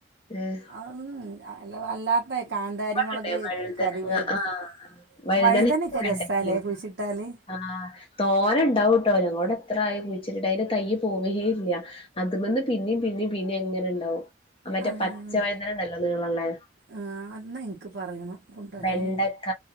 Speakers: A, on the left; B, on the right.
A: ഏഹ്
B: അതൊന്നും അല്ലാ ത്തെ കാന്താരിമുളക്
A: ഇവിടെണ്ട് വഴുതനങ്ങ
B: കറിവേപ്പ്
A: ആഹ് വഴുതനങ്ങ
B: വഴുതനയൊക്കെ
A: വെണ്ടക്കയും
B: രസാല്ലേ കുഴിച്ചിട്ടാല്
A: ആഹ് തോരേ ഉണ്ടാവൂട്ടോ ഞങ്ങളിവിടെ എത്ര ആയി കുഴിച്ചിട്ടിട്ട് അതിന്റെ തൈ പോവുകയേ ഇല്ല. അതുമേന്ന് പിന്നേയും പിന്നേയും പിന്നേയും ഇങ്ങനെ ഉണ്ടാവും മറ്റേ
B: ആഹ്
A: പച്ച വഴുതന ഉണ്ടല്ലോ നീളമുള്ളെ
B: ആഹ് അന്നേ ക്ക് പറയണം കൊണ്ടുവരാന്
A: വെണ്ടക്ക